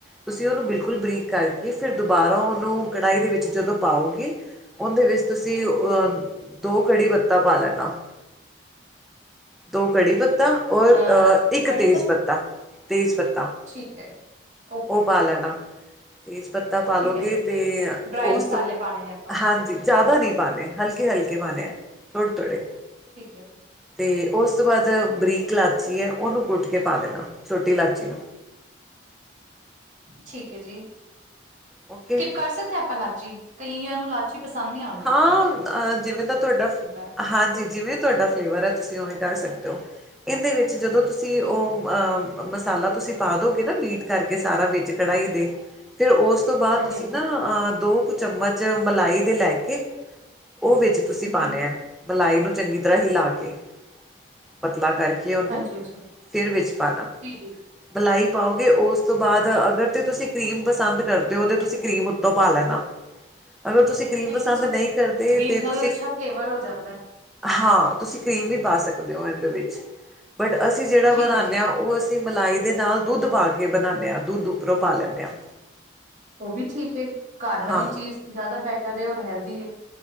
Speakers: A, in the centre; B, on the right.
A: ਤੁਸੀਂ ਉਹਨੂੰ ਬਿਲਕੁਲ ਬਰੀਕ ਕਰਕੇ ਫਿਰ ਦੁਬਾਰਾ ਉਹਨੂੰ ਕੜਾਹੀ ਦੇ ਵਿੱਚ ਜਦੋਂ ਪਾਓਗੇ। ਓਂਦੇ ਵਿੱਚ ਤੁਸੀ ਅ
B: ਜੀ
A: ਦੋ ਕੜੀ ਪੱਤਾ ਪਾ ਲੈਨਾ, ਦੋ ਕੜੀ ਪੱਤਾ। ਔਰ
B: ਅ
A: ਇੱਕ।
B: ਕੜੀ
A: ਤੇਜ਼ ਪੱਤਾ, ਤੇਜ ਪੱਤਾ
B: ਠੀਕ ਹੈ ਓਕੇ
A: ਓ ਪਾ ਲੈਨਾ। ਤੇਜ ਪੱਤਾ ਪਾ ਲਓਗੇ
B: ਠੀਕ ਹੈ ਜੀ ਠੀਕ
A: ਤੇ,
B: ਹੈ ਡਰਾਈ
A: ਓਸ
B: ਮਸਾਲੇ
A: ਤੋ,
B: ਪਾਣੇ ਨੇ ਆਪਾਂ
A: ਹਾਂਜੀ ਜਿਆਦਾ ਨੀ ਪਾਣੇ ਹਲਕੇ, ਹਲਕੇ ਪਾਣੇ ਐ ਥੋੜੇ, ਥੋੜੇ।
B: ਠੀਕ ਐ ਜੀ।
A: ਤੇ, ਓਸ ਤੋ ਬਾਦ ਬਰੀਕ ਲਾਚੀ ਐ ਓਨੂੰ ਕੁੱਟ ਕੇ ਪਾ ਦੇਨਾ, ਛੋਟੀ ਲਾਚੀ ਨੂੰ।
B: ਠੀਕ ਏ ਜੀ,
A: ਓਕੇ
B: ਸਿਕਿੱਪ ਕਰ ਸਕਦੇ ਆ ਆਪਾਂ ਲਾਚੀ, ਕਈਆਂ ਨੂੰ ਲਾਚੀ ਪਸੰਦ ਨੀ ਆਂਦੀ?
A: ਹਾਂ, ਅ ਜਿਵੇਂ ਤਾਂ ਤੁਹਾਡਾ,
B: ਹੈ
A: ਹਾਂਜੀ ਜਿਵੇਂ। ਤੁਹਾਡਾ ਫਲੇਵਰ ਹੈ ਤੁਸੀਂ ਉਵੇਂ ਕਰ ਸਕਦੇ ਹੋ। ਇਹਦੇ ਵਿੱਚ ਜਦੋਂ ਤੁਸੀਂ
B: ਠੀਕ
A: ਉਹ
B: ਹੈ
A: ਅਅ। ਮਸਾਲਾ ਤੁਸੀਂ ਪਾ ਦੋਗੇ ਨਾ, ਬੀਟ ਕਰਕੇ ਸਾਰਾ ਵਿੱਚ ਕੜਹੀ ਦੇ। ਤੇ, ਉਸ ਤੋਂ ਬਾਅਦ
B: ਹਾਂਜੀ
A: ਤੁਸੀਂ
B: ਹਾਂਜੀ
A: ਨਾ ਅ ਦੋ ਕੁ ਚਮਚ ਮਲਾਈ ਦੇ ਲੈ ਕੇ। ਕਿ ਉਹ ਵਿੱਚ ਤੁਸੀਂ ਪਾਣੇ
B: ਜੀ
A: ਹੈ। ਮਲਾਈ ਨੂੰ ਚੰਗੀ ਤਰ੍ਹਾਂ ਹਿਲਾ ਕੇੇ ਪਤਲਾ ਕਰਕੇ। ਤੇ ਉਹਨੂੰ
B: ਹਾਂਜੀ ਹਾਂਜੀ
A: ਫਿਰ ਵਿੱਚ ਪਾਉਣਾ।
B: ਜੀ ਜੀ
A: ਮਲਾਈ ਪਾਓਗੇ, ਓਸਤੋ ਬਾਦ ਅਗਰ ਤੇ ਤੁਸੀ ਕਰੀਮ ਪਸੰਦ ਕਰਦੇ ਓ ਤੇ ਤੁਸੀ ਕਰੀਮ ਓੱਤੋਂ ਪਾ ਲੈਣਾ। ਅਗਰ ਤੁਸੀ ਕ੍ਰੀਮ
B: ਨਹੀਂ
A: ਪਸੰਦ
B: ਨਹੀਂ ਠੀਕ
A: ਨਈ
B: ਹੈ
A: ਕਰਦੇ,
B: ਕਰੀਮ
A: ਤੇ
B: ਨਾਲ
A: ਤੁਸੀ
B: ਅੱਛਾ ਫਲੇਵਰ ਹੋ ਜਾਂਦਾ
A: ਹਾਂ, ਤੁਸੀਂ ਕ੍ਰੀਮ ਵੀ ਪਾ ਸਕਦੇ ਓ ਏਂਦੇ ਵਿੱਚ, ਬਟ ਅਸੀ ਜੇੜਾ
B: ਠੀਕ
A: ਬਨਾਂਨੇ
B: ਹੈ ਜੀ
A: ਆ ਓ ਅਸੀ ਤੇ ਮਲਾਈ ਦੇ ਨਾਲ ਦੁੱਧ ਪਾ ਕੇ ਬਨਾਨੇ ਆ, ਦੁੱਧ ਉੱਪਰੋਂ ਪਾ ਲੈੱਨੇ ਆ।
B: ਓ ਵੀ ਠੀਕ ਹੇ, ਘਰ ਵਾਲੀ
A: ਹਾਂ
B: ਚੀਜ਼ ਜਾਦਾ ਬੈਟਰ ਏ ਔਰ ਹੈਲਦੀ ਏ।